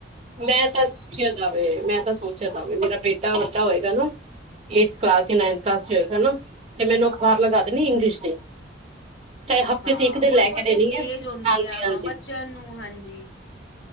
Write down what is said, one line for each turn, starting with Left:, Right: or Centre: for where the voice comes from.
Right: ਮੈਂ ਤਾਂ ਸੋਚਿਆ ਦਾਵੇ ਮੈਂ ਤਾਂ ਸੋਚਿਆ ਦਾਵੇ ਮੇਰਾ ਬੇ ਬੇਟਾ ਵੱਡਾ ਹੋਏਗਾ ਨਾ, ਏੜਥ ਕਲਾਸ ਯਾਂ, ਨਾਇਂਥ ਕਲਾਸ ਚ ਹੈਨਾ, ਤੇ ਮੈਨੂ ਅਖ਼ਬਾਰ ਲਗਾ ਦੇਣੀ ਇੰਗਲਿਸ਼ ਦੀ। ਚਾਹੇ ਹਫ਼ਤੇ
Left: ਹਾਂ
Right: ਚ ਇੱਕ
Left: ਉਹ
Right: ਦਿਨ ਲੈ
Left: ਤੋਂ
Right: ਕੇ ਦੇਣੀ
Left: ਇੱਕ ਏਜ
Right: ਹੈ।
Left: ਹੁੰਦੀ
Right: ਹਾਂਜੀ
Left: ਆ, ਹਾਂ
Right: ਹਾਂਜੀ
Left: ਬੱਚਿਆਂ ਨੂੰ ਹਾਂਜੀ।